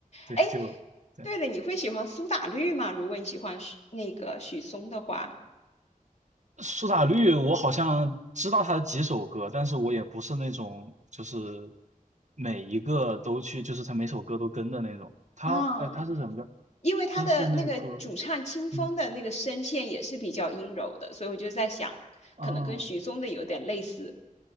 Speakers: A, on the right (about 55°); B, on the left (about 50°).
A: 对，
B: 哎，
A: 就对。
B: 对了，你会喜欢苏打绿吗？如果你喜欢许那个许嵩的话，
A: 苏打绿，我好像知道他的几首歌，但是我也不是那种就是每一个都去，就是他每首歌都跟的那种。他，
B: 啊，
A: 哎，他是怎么着？
B: 因为他的那个主唱清风的那个声线也是比较阴柔的，
A: 他是那个，嗯
B: 所以我就在想，
A: 啊，
B: 可能跟许嵩的有点类似。